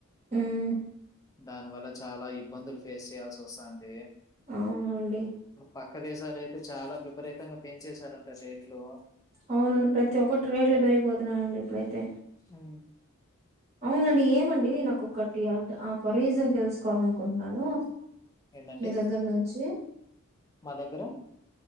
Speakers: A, on the right (about 30°); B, on the left (about 15°).
A: ఉమ్
B: దాని వల్ల చాలా ఇబ్బందులు ఫేస్ చేయాల్సి వస్తుంది
A: అవునండి
B: పక్కదేశాలు అయితే చాలా విపరీతంగా పెంచేశారంటే రేట్లు
A: అవునండి ప్రతి ఒక్కటి రేట్లు పెరిగిపోతున్నాయండీ ఇప్పుడైతే
B: హ
A: అవునండి ఏమండి నాకొకటి ఒక రీజన్ తెలుసుకోవాల అనుకుంటున్నాను
B: ఏంటండి
A: మీ దగ్గర నుంచి
B: మా దగ్గర